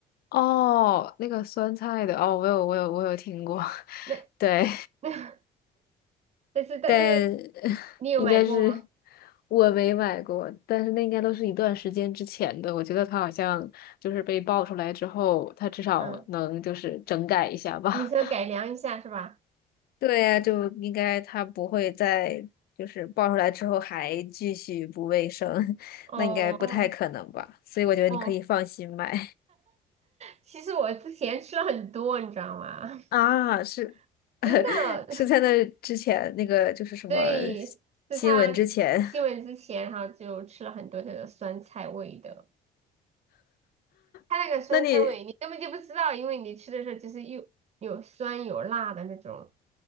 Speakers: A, on the left; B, on the right.
A: 哦，那个酸菜的，哦，我有我有我有听过，<laughs>
B: 那 <laughs>
A: 对，
B: 那但是但那个
A: 但 <laughs>
B: 你有买过吗？
A: 应该是我没买过，但是那应该都是一段时间之前的。我觉得它好像就是被爆出来之后，它至少能就是整改一下吧。
B: 嗯，你说改良一下是吧？
A: <laughs> 对呀，就应该它不会再就是爆出来之后还继续不卫生，<laughs>
B: 哦
A: 那应该不太可能吧？所以我觉得你可以放心买。
B: 哦，其实我之前吃了很多，你知道吗？
A: 啊，是
B: <laughs>
A: <laughs>
B: 真的。
A: 是在那之前那个就是什么
B: 对，是他新闻之前哈，
A: 新闻之前，
B: 就吃了很多这个酸菜味的。他那个酸菜味你根本就不知道，
A: <laughs> 那你
B: 因为你吃的时候就是又有酸有辣的那种，